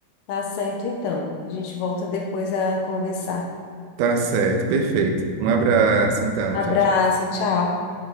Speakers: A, on the left; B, on the right.
A: Tá certo, então. A gente volta depois a conversar.
B: Tá certo, perfeito. Um abraço, então.
A: Abraço,
B: Tchau,
A: tchau.